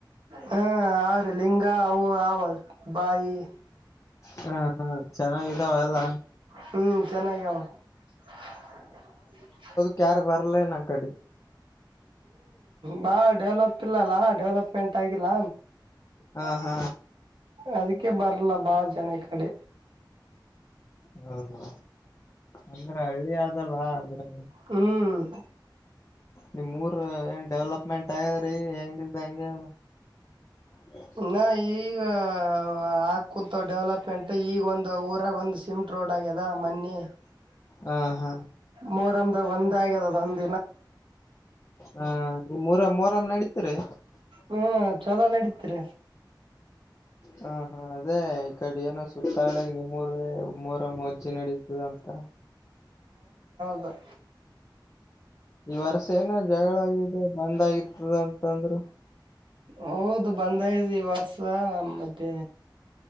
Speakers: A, on the right (about 85°); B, on the left (about 40°).
A: ಹ್ಮ ಅವ್ರಿ ಲಿಂಗ ಅವು ಅವವಲ್ ಬಾಯಿ.
B: ಹಾ ಹಾ ಚೆನ್ನಾಗಿದಾವ ಎಲ್ಲ
A: ಹ್ಮ್ ಚೆನ್ನೈಗಾವ. <unintelligible>
B: ಕ್ಯಾರ ಭರಲ ನ ಕಡಿ.
A: ಬಾ ಡೆವಲಪ್ ಇಲ್ಲಲ್ಲಾ ಡೆವಲಪ್ಮೆಂಟ್ ಆಗಿಲ್ಲ.
B: ಹಾ ಹಾ.
A: ಅದಕ್ಕೆ ಬರ್ಲ್ಲ ಬಾಳ ಜನ ಕಡೆ.
B: ಹೌದೌದು ಅಂದ್ರೆ ಹಳ್ಳಿ ಆದಲ್ವಾ ಅ್ರೆ.
A: ಹ್ಮ್.
B: ನಿಮ್ ರ್ ಏನ್ ಡೆವ್ಲಪ್ಮೆಂಟ್ ಆಯದ್ರಿ ಹೆಂಗ ಹೆಂಗಗೆ. ಹ <inaudible> <unintelligible>
A: ನಾ ಈಗ ಆಾ ಕುೂಂತ ಡೆವಲಪ್ಮೆಂಟ್ ಈಗ ಒಂದು್ ಊರಾಗ ಒಂದ್ ಸಿಮೆಂಟ್ ರೋಡ್. ದಾ ಮನ್ನಿ <unintelligible>
B: ಹಾ ಹಾ.
A: ಮೋರಮದಾಗ ಒಂದ್ ಆಗ್ಯದ ಅದಂದ.
B: ಹಾ ಮೂರ ಮೂರಮ್ಮ್ ನಡೀತರಿ.
A: ಹ್ಮ್ ಚಲೋ ನಡೀತರಿ.
B: ಹಾ ಹಾ ಅದೇ ಈ ಕಡೆ ಏನೋ ಸುತ್ತಾಲ ನಿಮ್ಮೂರ್ ಒೂರ ಮದ್. ಚೆ ನಡೀತದ ಅಂತ.
A: ಹ <inaudible>
B: ಈ ವರ್ಷ ಏನ ಜಗಳಗಿದೆ ಬಂದ್ ಆಗಿತದ ಅಂತಂದ್ರರು.
A: ಹೌದು ಬಂದೈ ವರ್ಷ ಮತ್ತೆ